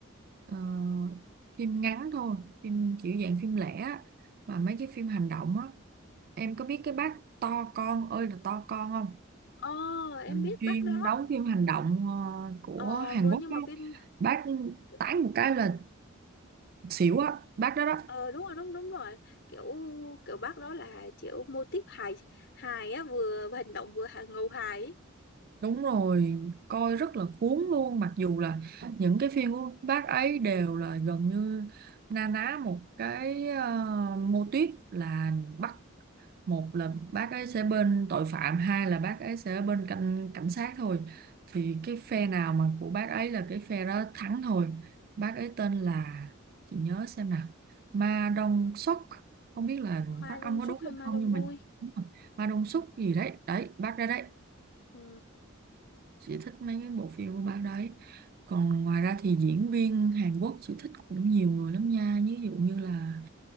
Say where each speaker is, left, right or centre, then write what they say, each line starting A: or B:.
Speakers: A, on the right (about 45°); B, on the left (about 60°).
A: ờ, phim ngắn thôi phim kiểu dạng phim lẻ á. mà mấy cái phim hành động á em có biết cái bác to con ơi là to con không
B: ờ em
A: Ừ,
B: biết
A: chuyên
B: bác đó
A: đóng phim hành động ờ, của
B: ờ
A: Hàn
B: mới
A: Quốc
B: nhưng
A: á
B: mà phim
A: bác
B: kiểu,
A: tán một cái là xỉu á bác đó đó
B: ờ đúng rồi đúng đúng rồi kiểu kiểu bác đó là kiểu mô típ hài hài á vừa hành động vừa hài, ngầu hài ấy.
A: Đúng rồi, coi rất là cuốn luôn mặc dù là những cái phim của bác ấy đều là gần như na ná một cái uh, mô típ là bắt một là bác ấy sẽ bên tội phạm hai là bác ấy sẽ bên cảnh cảnh sát thôi thì cái phe nào mà của bác ấy là cái phe đó thắng thôi bác ấy tên là chị nhớ xem nào Ma Đông Xuất không biết là
B: Ma
A: phát âm
B: Dong
A: có
B: Suk
A: đúng
B: hay
A: hay
B: Ma
A: không
B: Dong
A: nhưng
B: Gu
A: mà đúng rồi. Ma Đông Xuất gì đấy đấy bác ra đấy
B: ừ.
A: chị thích mấy cái bộ phim của bạn đấy còn ngoài ra thì diễn viên Hàn Quốc chị thích cũng nhiều người lắm nha ví dụ như là